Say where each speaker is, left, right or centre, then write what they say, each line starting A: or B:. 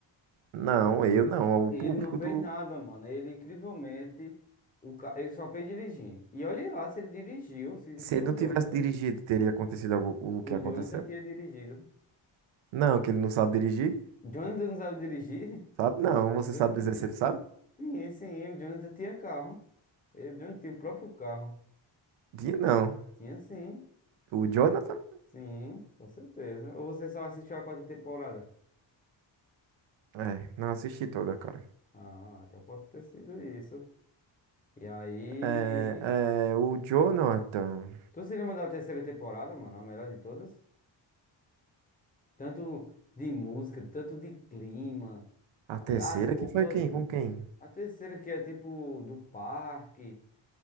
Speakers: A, on the right; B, on the left.
A: Não, eu não. O
B: Ele
A: público
B: não fez
A: do.
B: nada, mano. Ele, incrivelmente, o, ca- ele só fez dirigir. E olha lá se ele dirigiu, se não
A: Se
B: foi
A: ele
B: o
A: não
B: Jonathan.
A: tivesse dirigido, teria acontecido algo- o
B: O
A: que aconteceu?
B: Jonathan tinha dirigido.
A: Não, que ele não sabe dirigir?
B: Jonathan não sabe dirigir? <laughs>
A: Sabe? Não. Você
B: O Jonathan.
A: sabe dizer se ele sabe?
B: Sim, sim, o Jonathan tinha carro. E O Jonathan tinha o próprio carro.
A: Dia não.
B: Tinha sim,
A: O Jonathan?
B: sim, com certeza. Ou você só assistiu a quarta temporada?
A: É, não assisti toda, cara.
B: Ah, então pode ter sido isso. E aí.
A: É, é, o Jonathan.
B: Tu se lembra da terceira temporada, mano? A melhor de todas? Tanto de música, tanto de clima,
A: A
B: a-
A: terceira
B: as roupas.
A: que foi quem? Com quem?
B: A terceira que é tipo do parque,